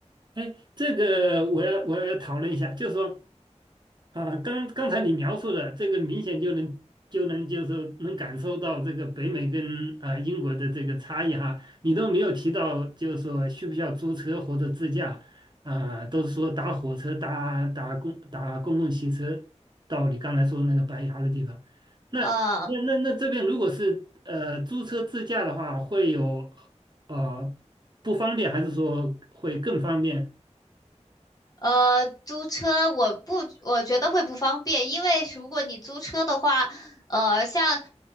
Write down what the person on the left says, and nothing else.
呃，
呃，租车我不，我觉得会不方便，因为如果你租车的话，呃，像